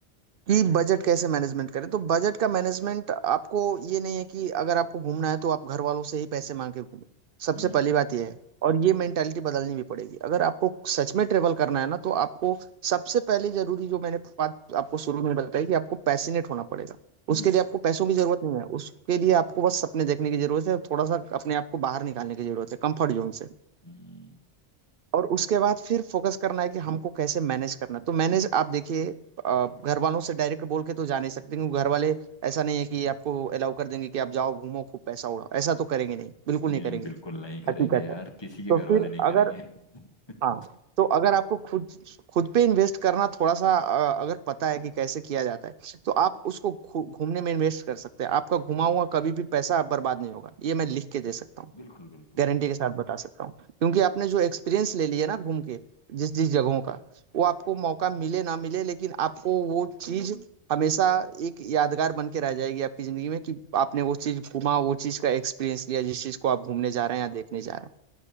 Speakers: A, on the right (about 60°); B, on the left (about 25°).
A: कि बजट कैसे मैनेजमेंट करें तो बजट का मैनेजमेंट आपको ये नहीं है कि अगर आपको घूमना है तो आप घर वालों से ही पैसे मांग के घूमें सबसे
B: हम्म
A: पहली बात ये है और ये मेंटालिटी बदलनी भी पड़ेगी अगर आपको सच में ट्रेवल करना है ना तो आपको सबसे पहले जरूरी जो मैंने बात आपको शुरू में बताई कि आपको पैशनेट होना पड़ेगा
B: हम्म
A: उसके लिए आपको पैसों की जरूरत नहीं है उसके लिए आपको बस सपने देखने की जरूरत है और थोड़ा सा अपने आप को बाहर निकालने की जरूरत है कंफर्ट जोन से
B: हम्म, हम्म,
A: और उसके बाद फिर फोकस करना है कि हमको कैसे मैनेज करना है तो मैनेज आप देखिए अ, घर वालों से डायरेक्ट बोल के तो जा नहीं सकते क्योंकि घर वाले ऐसा नहीं है कि आपको अलाउ कर देंगे कि आप जाओ घूमो खूब पैसा उड़ाओ ऐसा तो करेंगे नहीं बिल्कुल
B: नहीं
A: नहीं
B: नहीं
A: करेंगे
B: बिल्कुल नहीं करेंगे
A: हकीकत
B: यार
A: है
B: किसी के
A: तो
B: घर
A: फिर
B: वाले नहीं करेंगे
A: अगर
B: <laughs>
A: हाँ तो अगर आपको खुद खुद पे इन्वेस्ट करना थोड़ा सा अ, अगर पता है कि कैसे किया जाता है तो आप उसको घू- घूमने में इन्वेस्ट कर सकते हैं आपका घुमा हुआ कभी भी पैसा बर्बाद नहीं होगा ये मैं लिख के दे सकता हूँ
B: बिल्कुल बिल्कुल
A: गारंटी
B: बिल्कुल
A: के साथ बता सकता हूँ क्योंकि आपने जो एक्सपीरियंस ले लिया ना घूम के जिस जिस जगहों का वो आपको मौका मिले ना मिले लेकिन आपको वो चीज हमेशा एक यादगार बन के रह जाएगी आपकी जिंदगी में कि आपने वो चीज घूमा वो चीज का एक्सपीरियंस लिया जिस चीज को आप घूमने जा रहे हैं या देखने जा रहे